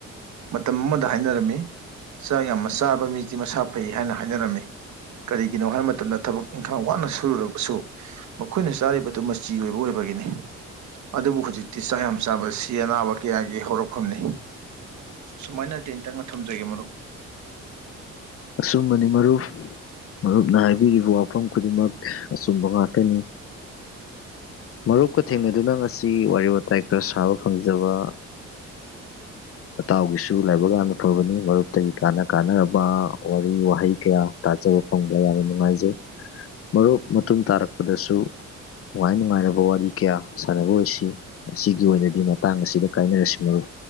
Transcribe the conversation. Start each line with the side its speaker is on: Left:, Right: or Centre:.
Right: ꯃꯇꯝ ꯑꯃꯗ ꯍꯥꯏꯅꯔꯝꯃꯤ ꯆꯥꯛ ꯌꯥꯝꯅ ꯆꯥꯕ ꯃꯤꯗꯤ ꯃꯁꯥ ꯐꯩ ꯍꯥꯏꯅ ꯍꯥꯏꯅꯔꯝꯃꯤ ꯀꯔꯤꯒꯤꯅꯣ ꯍꯥꯏꯕ ꯃꯇꯝꯗ ꯊꯕꯛ ꯏꯪꯈꯥꯡ ꯋꯥꯅ ꯁꯨꯔꯨꯔꯕꯁꯨ ꯃꯈꯣꯏꯅ ꯆꯥꯔꯤꯕꯗꯨ ꯃꯆꯤ ꯑꯣꯏꯕ ꯑꯣꯏꯕꯒꯤꯅꯤ ꯑꯗꯨꯕꯨ ꯍꯧꯖꯤꯛꯇꯤ ꯆꯥꯛ ꯌꯥꯝ ꯆꯥꯕꯁꯤ ꯑꯅꯥꯕ ꯀꯌꯥꯒꯤ ꯍꯧꯔꯛꯐꯝꯅꯤ ꯁꯨꯃꯥꯏꯅ ꯇꯦꯟꯇꯪꯅ ꯊꯝꯖꯒꯦ ꯃꯔꯨꯞ
Left: ꯑꯆꯨꯝꯕꯅꯤ ꯃꯔꯨꯞ ꯃꯔꯨꯞꯅ ꯍꯥꯏꯕꯤꯔꯤꯕ ꯋꯥꯐꯝ ꯈꯨꯗꯤꯡꯃꯛ ꯑꯆꯨꯝꯕ ꯉꯥꯛꯇꯅꯤ ꯃꯔꯨꯞꯀ ꯊꯦꯡꯅꯗꯨꯅ ꯉꯁꯤ ꯋꯥꯔꯤ ꯋꯥꯇꯥꯏ ꯈꯔ ꯁꯥꯕ ꯐꯪꯖꯕ ꯅꯇꯥꯎꯒꯤꯁꯨ ꯂꯥꯏꯕꯛ ꯌꯥꯝꯅ ꯐꯕꯅꯤ ꯃꯔꯨꯞꯇꯒꯤ ꯀꯥꯟꯅ ꯀꯥꯟꯅꯔꯕ ꯋꯥꯔꯤ ꯋꯥꯍꯩ ꯀꯌꯥ ꯇꯥꯖꯕ ꯐꯪꯕ ꯌꯥꯝꯅ ꯅꯨꯡꯉꯥꯏꯖꯩ ꯃꯔꯨꯞ ꯃꯇꯨꯡ ꯇꯥꯔꯛꯄꯗꯁꯨ ꯅꯨꯡꯉꯥꯏ ꯅꯨꯡꯉꯥꯏꯔꯕ ꯋꯥꯔꯤ ꯀꯌꯥ ꯁꯥꯟꯅꯕ ꯑꯣꯏꯁꯤ ꯉꯁꯤꯒꯤ ꯑꯣꯏꯅꯗꯤ ꯃꯇꯥꯡ ꯑꯁꯤꯗ ꯀꯥꯏꯅꯔꯁꯤ ꯃꯔꯨꯞ